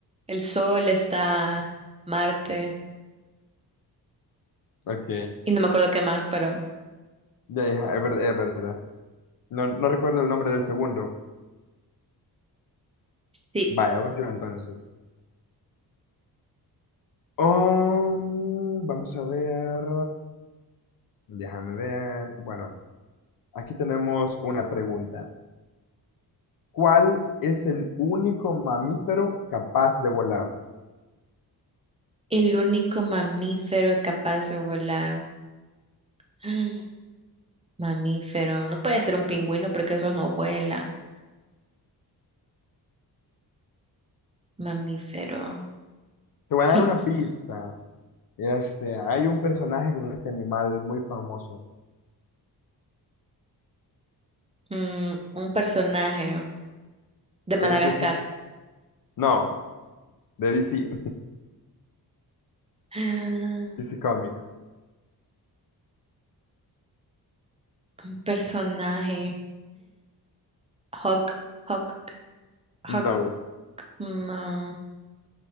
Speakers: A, on the right; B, on the left.
A: el Sol está Marte
B: Ok.
A: y no me acuerdo qué más, pero
B: Ya, hija, es verdad, es verdad. No, no recuerdo el nombre del segundo.
A: sí,
B: Vaya, voy yo entonces. Um, vamos a ver. Déjame ver. Bueno, aquí tenemos una pregunta. ¿Cuál es el único mamífero capaz de volar?
A: el único mamífero capaz de volar. <gasps> Mamífero, no puede ser un pingüino porque esos no vuelan. Mamífero.
B: Te voy
A: <laughs>
B: a dar una pista. Este, hay un personaje con este animal muy famoso.
A: Mm, un personaje de Madagascar.
B: Es de... C- No, de DC.
A: <gasps>
B: DC <laughs> Comics.
A: Un personaje. Hawk, Hawk, Hawk.
B: No.
A: No.